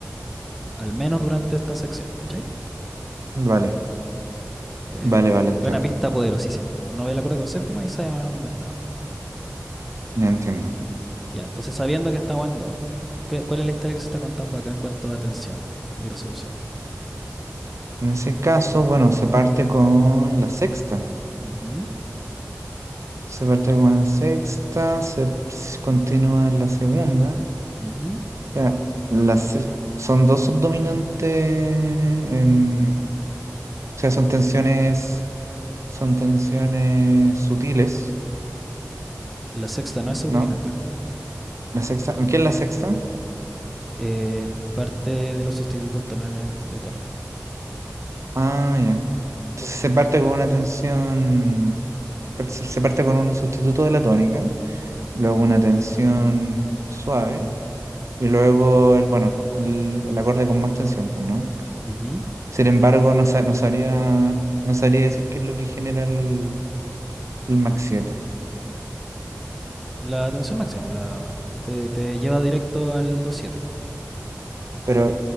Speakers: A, in the centre; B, on the right.
A: al menos durante esta sección, ¿cachai?
B: vale,
A: Eh,
B: vale, vale,
A: es
B: entiendo.
A: una pista poderosísima. Uno ve el acorde con séptima y sabe más o menos dónde está.
B: Ya entiendo.
A: Ya, entonces sabiendo que estamos en do, ¿qué- ¿cuál es la historia que se está contando acá en cuanto a tensión y resolución?
B: En ese caso, bueno, se parte con la sexta.
A: Ujú,
B: Se parte con la sexta, se s- continúa en la segunda.
A: ujú.
B: O sea, la se- son dos subdominantes. em, o sea, son tensiones. Son tensiones sutiles,
A: La sexta no es subdominante.
B: ¿no? La sexta. ¿Qué es la sexta?
A: eh, parte de los sustitutos tonales de tónica.
B: Ah, ya. Entonces se parte con una tensión. par- Se se parte con un sustituto de la tónica, luego una tensión suave. Y luego el, bueno, el, el acorde con más tensión, pues, ¿no?
A: Ujú.
B: Sin embargo, no, sa- no sabría, no sabría decir qué es lo que genera el, el Mach siete
A: La tensión máxima, pues la, te, te lleva directo al 2-7.
B: Pero